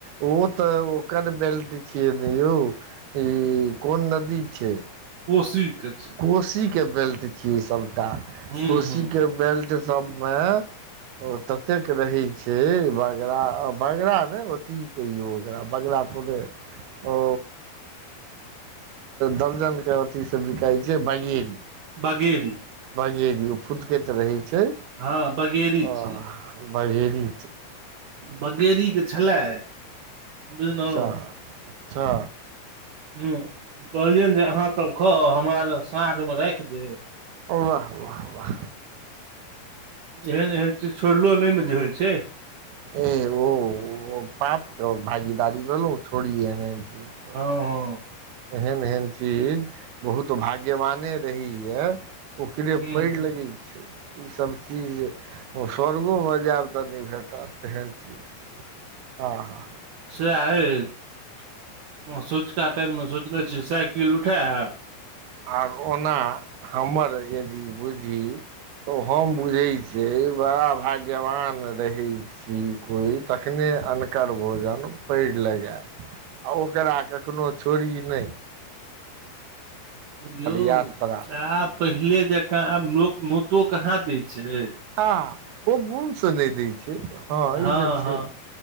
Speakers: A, on the right; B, on the right.
A: ओ तऽ ओकर बेल्ट छिये ने यौ ई कोन नदी छै
B: कोशी के छै
A: कोशी के बेल्ट छियै सभटा
B: ह्म
A: कोशी
B: ह्म
A: के बेल्ट सबमेय ओ ततेक रहै छै बगरा आ बगरा ने ओ करा बगरा थोडे ओ दर्जनक के अथी से बिकाइ छै बगेरी
B: बगेरी।
A: बगेरी ओ फुदके तऽ रहै छै
B: हँ बगेरी
A: आ
B: छी
A: बगेरी
B: बगेरीके छलै बुझलहुँ
A: अच्छा अच्छा
B: हूँ कहलियनि जे अहाँसभ खाउ हमरा साँझमे राख देब।
A: वाह वाह वाह
B: एहन एहन चीज छोड़लो नहि ने जे होइ छै
A: <unintelligible> ओ पाप भागी दाड़ी भेलौ छोड़ी ऐहन ऐहन चीज
B: हँ हँ
A: एहन एहन चीज बहुत भाग्यवाने रहीय ओ करे
B: हूँ
A: पैड़
B: हूँ
A: लगी ईसभ चीज स्वर्गो में जायब तऽ नै भेटत जेहन चीज छै <inaudible> आ हँ हँ
B: सेह अइ <inaudible> सँझुका टाइम में सोचने छी साइकिल उठायब
A: आर ओना हमर यदि बुझी तऽ हम बुझैत छियै बड़ा भाग्यवान रहै छी कोइ तखने अन्नकर भोजन पैड़ लगै आ ओकरा कखनो छोड़ही नै
B: यौ
A: यात्रा
B: आब पहिले जेका आब लोक नोतो कहाँ दै छै।
A: हँ ओ मून स नै दै छै। हँ
B: हऽ
A: ई तऽ छै
B: हऽ